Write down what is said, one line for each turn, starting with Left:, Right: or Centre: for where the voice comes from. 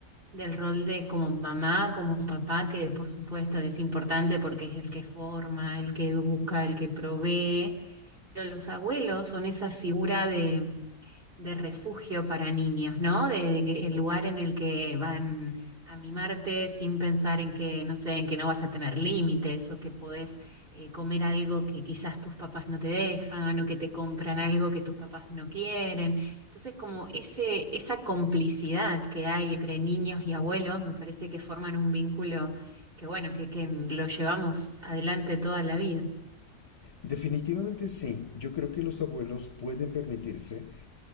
Right: del rol de como mamá, como papá, que por supuesto es importante porque es el que forma, el que educa, el que provee, pero los abuelos son esa figura de, de refugio para niños, ¿no? De, de que el lugar en el que van a mimarte sin pensar en que, no sé, en que no vas a tener límites o que podés eh, comer algo que quizás tus papás no te dejan o que te compran algo que tus papás no quieren. Entonces, como ese, esa complicidad que hay entre niños y abuelos, me parece que forman un vínculo que, bueno, que, que lo llevamos adelante toda la vida.
Left: Definitivamente sí, yo creo que los abuelos pueden permitirse